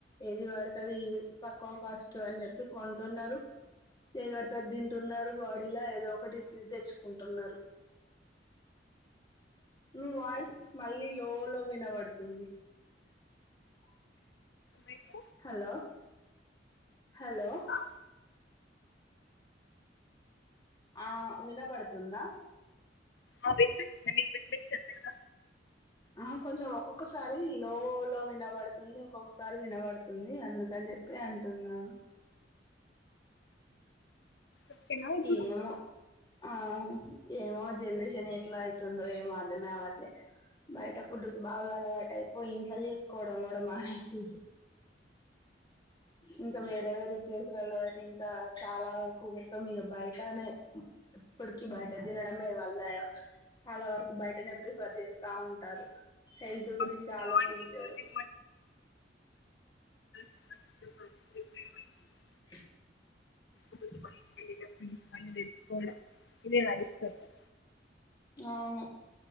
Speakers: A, on the left; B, on the left.
A: ఏది పడితే అది తక్కువ కాస్ట్ అని చెప్పి కొంటున్నారు ఏది పడితే అది తింటున్నారు బాడీలో ఏదో ఒకటి డీస్ సిద్దెచ్చుకుంటున్నారు మీ వాయిస్ మళ్ళీ లో లో వినబడుతుంది. <unintelligible>
B: అయితే
A: హలో హలో
B: ఆ,
A: ఆ వినబడుతుంద.
B: ఆ విన్పిస్తుంది మీక్ విన్పిచ్చట్లేద.
A: ఆ కొంచెం ఒకొకసారి లో లో వినబడుతుంది ఒకొకసారి వినబడుతుంది అందుకన్ జెప్పి అంటున్నాను.
B: ఓకేనా ఇప్పుడు
A: ఏమొ ఆ ఏమో జన్రేషనెట్లా అయ్తుందో ఏమో అర్దమే అవట్లె బయట ఫుడ్డుకు బాగా అలవాటైపోయి ఇంట్లో జేస్కోవడం కూడా మానేసిండ్రు. ఇంక వేరే వేరే ప్లేసులల్లో ఐతే ఇంకా చాలా వర్కు మొత్తం ఇగ బయ్టానే ఇ ఇప్పుడికి బయ్ట దినడమే వల్ల చాలా వరకు బయటనే ప్రిఫర్ జేస్తా ఉంటారు హెల్త్
B: మార్నింగ్
A: గురించాలోచించరు.
B: ఎర్లీ <inaudible> <unintelligible>
A: <unintelligible>
B: <inaudible> <unintelligible> ఆయన దెచ్చుకోడం. <unintelligible>
A: ఔను